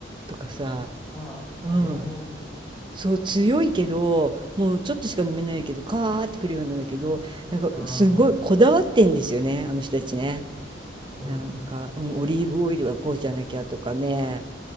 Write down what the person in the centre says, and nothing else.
ああ、
入れ物のことです。
ああ、
そうですね。